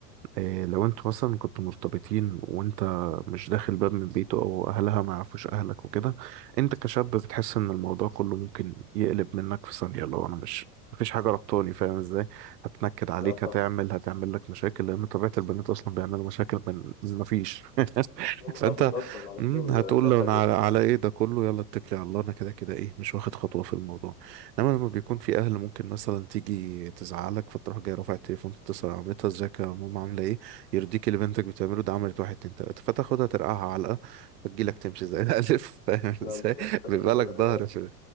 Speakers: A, on the right; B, on the left.
A: إيه لو انتوا مثلا كنتوا مرتبطين وانت مش داخل باب من بيته او اهلها ما يعرفوش اهلك وكده انت كشاب بتحس ان الموضوع كله ممكن يقلب منك في ثانية لو انا مش مفيش حاجة ربطاني فاهم ازاي هتنكد عليك
B: اه فاهمك
A: هتعمل هتعمل لك مشاكل لان طبيعة البنات اصلا بيعملوا مشاكل من مفيش <laughs>
B: هم على
A: فانت
B: طول اصلا على
A: مم،
B: طول
A: هتقول
B: نكد
A: له انا
B: وكده
A: على, على ايه ده كله يلا اتكلي على الله انا كده كده ايه مش واخد خطوة في الموضوع انما لما بيكون في اهل ممكن مثلا تيجي تزعلك فتروح جاي رافع التليفون تتصل على مامتها ازيك يا ماما عامله ايه يرضيك اللي بنتك بتعمله ده عملت واحد اتنين تلاته فتاخدها ترقعها علقه فتجيلك تمشي زي الالف <laughs> فاهم
B: لا
A: ازاي
B: بالظبط هتيجي
A: بيبقى
B: يقول
A: لك
B: لك
A: ظهر
B: انا اسف
A: في